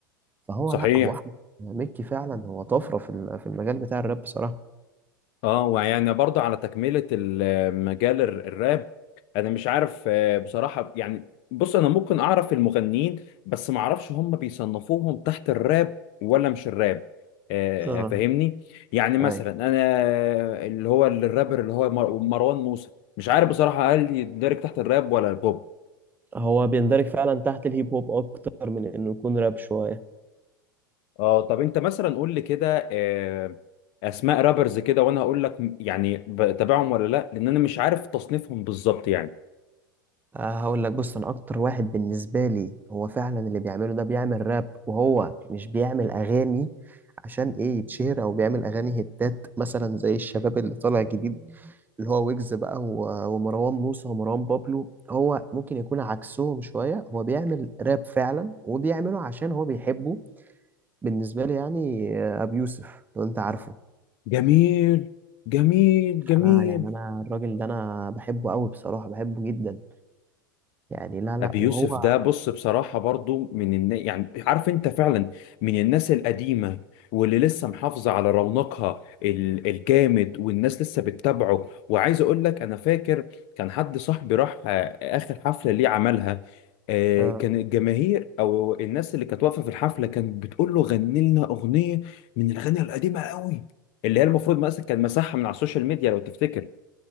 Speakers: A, on the right; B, on the left.
A: فهو
B: صحيح
A: لا هو احمد مكي فعلا هو طفرة في ال- في المجال بتاع الراب بصراحة
B: اه ويعني برضه على تكملة المجال الر- الراب انا مش عارف آه، بصراحة يعني بص انا ممكن اعرف المغنيين بس ما اعرفش هم بيصنفوهم تحت الراب ولا مش الراب آه،
A: اه
B: فاهمني يعني مثلا
A: ايوه
B: انا اللي هو الرابر اللي هو مر- مروان موسى مش عارف بصراحة هل يندرج تحت الراب ولا البوب
A: هو بيندرج فعلا تحت الهيب هوب اكتر من انه يكون راب شوية
B: اه طب انت مثلا قول لي كده آه، اسماء رابرز كده وانا هقول لك يعني بتابعهم ولا لا لان انا مش عارف تصنيفهم بالظبط يعني
A: آه، هقول لك بص انا اكتر واحد بالنسبه لي هو فعلا اللي بيعمله ده بيعمل راب وهو مش بيعمل اغاني عشان ايه يتشهر او بيعمل اغاني هتات مثلا زي الشباب اللي طالع جديد اللي هو ويجز بقى و- ومروان موسى ومروان بابلو هو ممكن يكون عكسهم شويه هو بيعمل راب فعلا وبيعمله عشان هو بيحبه بالنسبه لي يعني آه، ابو يوسف لو انت عارفه
B: جميل جميل جميل
A: انا يعني انا الراجل ده انا بحبه قوي بصراحه بحبه جدا يعني لا لا
B: ابي
A: وهو
B: يوسف ده بص بصراحه برضو من النا... يعني عارف انت فعلا من الناس القديمه واللي لسه محافظه على رونقها ال... الجامد والناس لسه بتتابعه وعايز اقول لك انا فاكر كان حد صاحبي راح آه، اخر حفله ليه عملها آه،
A: آه
B: كان الجماهير او الناس اللي كانت واقفه في الحفله كانت بتقول له غني لنا اغنيه من الاغاني القديمه قوي اللي هي المفروض مثلا كان مسحها من على السوشيال ميديا لو تفتكر